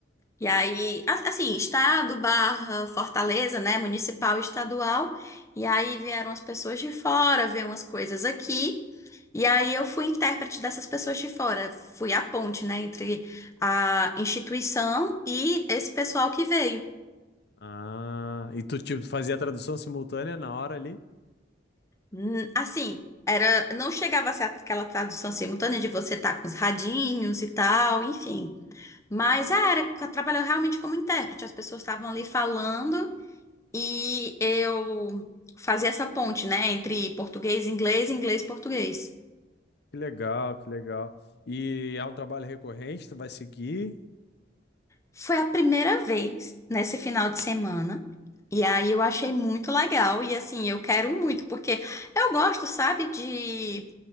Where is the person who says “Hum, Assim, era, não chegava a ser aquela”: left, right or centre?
Left